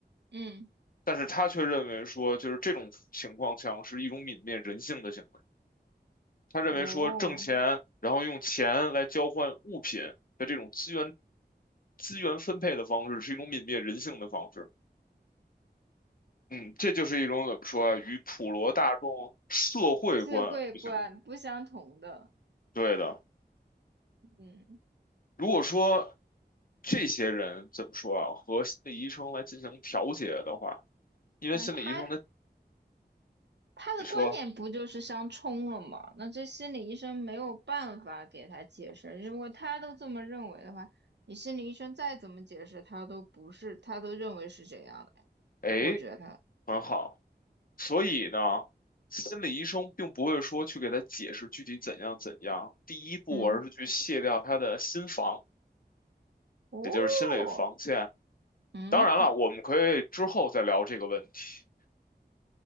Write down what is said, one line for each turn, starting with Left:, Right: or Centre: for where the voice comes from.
Right: 嗯，
Left: 但是他却认为说，就是这种情况像是一种泯灭人性的行为。他认为说，
Right: 哦，
Left: 挣钱，然后用钱来交换物品的这种资源资源分配的方式，是一种泯灭人性的方式。嗯，这就是一种怎么说啊，与普罗大众社会观不相
Right: 智慧不不相同的，
Left: 对的。
Right: 嗯，
Left: 如果说这些人怎么说啊，和心理医生来进行调节的话，因为心理医生的
Right: 那他他的观点不就是相冲了吗？
Left: 你说，
Right: 那这心理医生没有办法给他解释。如果他都这么认为的话，你心理医生再怎么解释，他都不是，他都认为是这样的。
Left: 哎，
Right: 我觉得，
Left: 很好，所以呢，心理医生并不会说去给他解释具体怎样怎样，第一步而是去卸掉他的心防，
Right: 嗯，哦，
Left: 也就是心理防线。
Right: 嗯，
Left: 当然了，我们可以之后再聊这个问题，